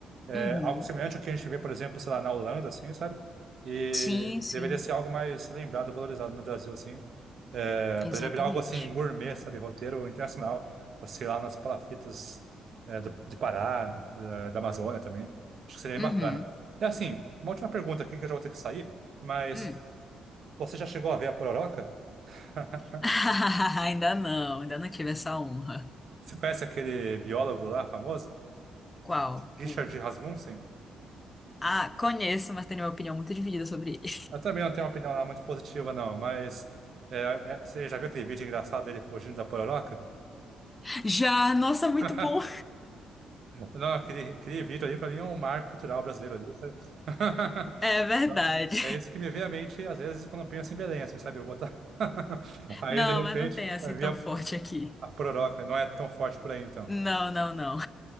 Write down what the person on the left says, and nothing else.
Uhum.
Sim, sim,
exatamente.
Uhum.
Hum.
<laughs> Ainda não, ainda não tive essa honra.
Qual?
O...
Ah, conheço, mas tenho uma opinião muito dividida sobre ele.
<laughs> Já, nossa, muito
bom.
É verdade.
Não,
mas não tem assim
tão
forte aqui.
Não, não, não.